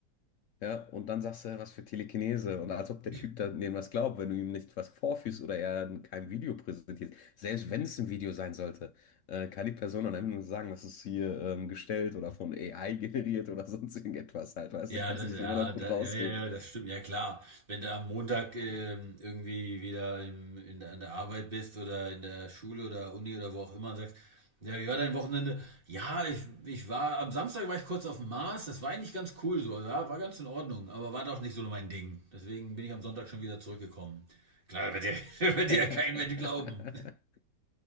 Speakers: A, on the left; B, on the right.
A: Ja, und dann sagst du, ja, was für Telekinese. Und als ob der
B: Ja,
A: Typ da denen was glaubt, wenn du ihm nicht was vorführst oder er kein Video präsentierst. Selbst wenn es ein Video sein sollte, äh, kann die Person dann einfach nur sagen, das ist hier ähm, gestellt oder von AI generiert oder <laughs> sonst irgendetwas halt. Weißt
B: Ja,
A: du, kannst
B: das,
A: du dich
B: ja,
A: immer noch gut
B: da,
A: rausreden.
B: ja, ja, ja, das stimmt, ja klar. Wenn du am Montag ähm, irgendwie wieder im, in, an der Arbeit bist oder in der Schule oder Uni oder wo auch immer und sagst, ja, wie war dein Wochenende? Ja, ich, ich war, am Samstag war ich kurz auf dem Mars, das war eigentlich ganz cool so, ja, war ganz in Ordnung, aber war doch nicht so mein Ding. Deswegen bin ich am Sonntag schon wieder zurückgekommen. Klar, wird dir, <laughs> wird dir
A: <laughs>
B: ja kein Mensch glauben.